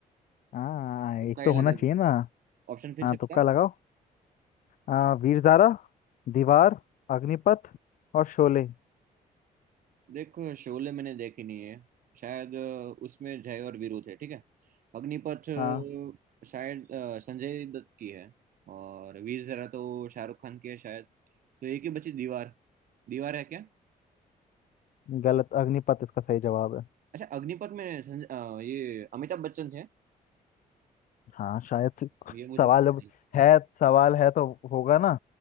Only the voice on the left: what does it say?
हाँ एक
तो
होना चाहिए
ना
हाँ
तुक्का लगाओ हाँ वीर ज़ारा दीवार अग्निपथ और शोले
हाँ
गलत अग्निपथ इसका सही जवाब है
हाँ शायद से-
सवाल
अब
है सवाल है तो होगा ना